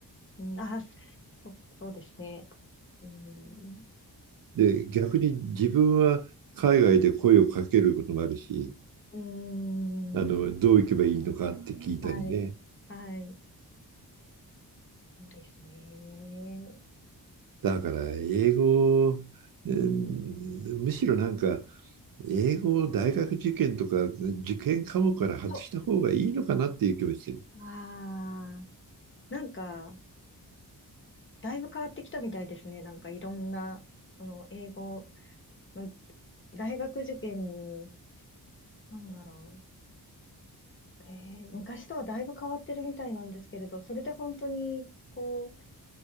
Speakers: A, on the left; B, on the right.
A: うん、あ、そそうですね。うん。
B: で、逆に自分は海外で声をかけることもあるし、
A: うん。
B: あの、どう行けばいいのかって聞いたりね。
A: はい。はい。そうですね。
B: だから英語、うんむしろなんか英語を大学受験とか受験科目から外した方がいいのかなっていう気もしてる。
A: そう。ああ。なんか、だいぶ変わってきたみたいですね。なんかいろんな、その英語の大学受験に、なんだろう。えー昔とはだいぶ変わってるみたいなんですけれど、それで本当に、こう、